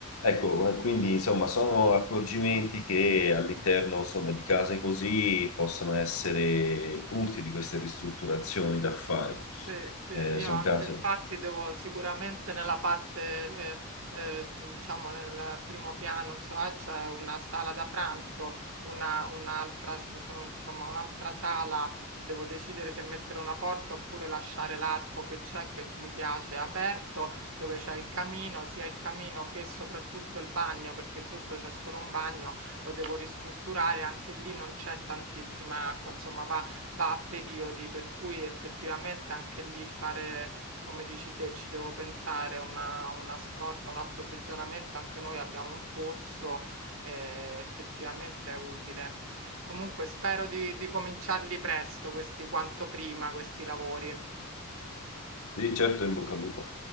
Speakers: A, on the left (about 75°); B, on the right (about 65°).
A: Ecco, eh, quindi insomma sono accorgimenti che all'interno insomma, di case così possono essere utili queste ristrutturazioni da fare.
B: Sì, sì,
A: Eh,
B: io
A: sono
B: anche
A: case.
B: infatti devo sicuramente nella parte, eh, eh, s- diciamo nel primo piano, insomma, c'è una sala da pranzo, una, un'altra, s- insomma, insomma, un'altra sala, devo decidere se mettere una porta oppure lasciare l'arco che c'è, che mi piace, aperto, dove c'è il camino, sia il camino che soprattutto il bagno, perché sotto c'è solo un bagno, lo devo ristrutturare, anche lì non c'è tantissima acqua, insomma, va va a periodi, per cui effettivamente anche lì fare, come dici te, ci devo pensare una, una scorta, un approvvigionamento, anche noi abbiamo un pozzo, eh, effettivamente è utile. Comunque spero di, di cominciarli presto, questi quanto prima, questi lavori.
A: Sì, certo, in bocca al lupo.